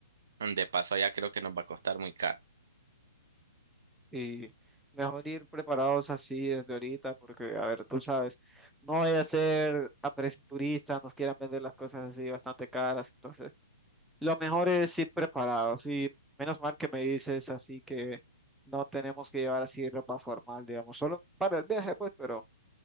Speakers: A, on the right; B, in the centre.
A: de paso, allá creo que nos va a costar muy caro.
B: Y mejor ir preparados así desde ahorita, porque, a ver, tú sabes, no vaya a ser a precio turista, nos quieran vender las cosas así bastante caras. Entonces, lo mejor es ir preparados. Y menos mal que me dices así que no tenemos que llevar así ropa formal, digamos, solo para el viaje, pues, pero.